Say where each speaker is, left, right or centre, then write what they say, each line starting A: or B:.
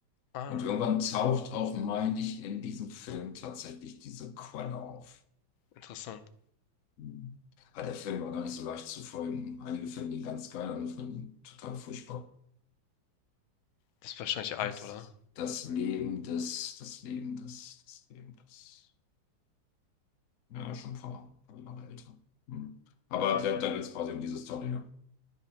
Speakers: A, on the left (about 85°); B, on the left (about 70°).
A: Ah,
B: Und irgendwann taucht auch, meine ich, in diesem Film tatsächlich diese Quelle auf.
A: interessant.
B: Hm. Aber der Film war gar nicht so leicht zu folgen. Einige finden ihn ganz geil, andere finden ihn total furchtbar.
A: Das ist wahrscheinlich
B: Wie
A: alt,
B: ist
A: oder?
B: das? Das Leben des, das Leben des, das Leben des. Ja, schon ein paar, paar Jahre älter. Hm. Aber da, da geht es quasi um diese Story, ja.